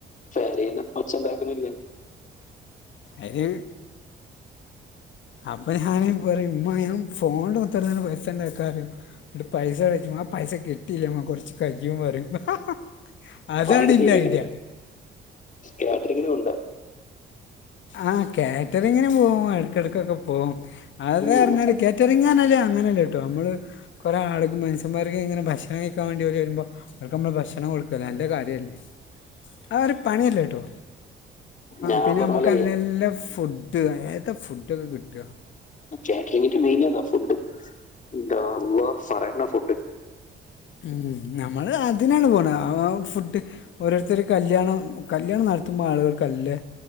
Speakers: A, on the left (about 40°); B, on the left (about 70°).
A: ശരി ന്ന പ്പ ഒച്ച ണ്ടാക്കാനിലേ
B: അയ്ന അപ്പൊ ഞാന പറയും ഉമ്മ ഞൻ ഫോണില് കുത്താർന്ന് ട്ട് പൈസ ഉണ്ടാക്കറിം പൈസ ഇട്ട് പൈസ കഴി <unintelligible> ച്ച് പൈസ കിട്ടിയിേ <unintelligible> മ്മ കുറച്ച് കയ്യും പറിം ഹ ഹ ഹ അതാണിൻ്റെ
A: പണിയെടുത്ത് കഴിഞ്ഞിരിക്കണം
B: ഐഡിയ
A: കാറ്ററിങ്ങിനും ഉണ്ട
B: ആ കാറ്ററിങ്ങിന് പോകും എടയ്ക്കട യ്ക്കൊക്കെ പോകും അത്
A: ഉം.
B: പറഞ്ഞാല് കാറ്ററിംഗ് റഞ്ഞാല് അങ്ങനെല്ലട്ടോ നമ്മള് കുറെ ആള് മനസമാര്ക്ക് ഇങ്ങന ഭക്ഷണം കഴിക്കാൻ വേണ്ടി അവര് വരുമ്പോ അവക്ക് നമ്മള് ഭക്ഷണം കാട്കല്ലേ നല്ല കാര്യല്ലേ ആ ഒരു പണിയല്ല ട്ടോ
A: ഞാൻ
B: പിന്നെ
A: പറഞ്ഞ
B: നമ്മ
A: പോലെ
B: നല്ല ഫുഡ് ഏത ഫുഡൊക്കെ കിട്ട
A: കാറ്ററിംഗിൻറെ മെയിൻ അതാ ഫുഡ് ൻ്റെ അല്ലാഹ് പറയണ്ട ഫുഡ്
B: ഉം നമ്മള് അതിനാണ് പോണേ ആ ആ ഫുഡ് ഓരോർത്തര് കല്യാണം കല്യാണം നടത്തുമ്പോ ആളുകൾക്കല്ലേ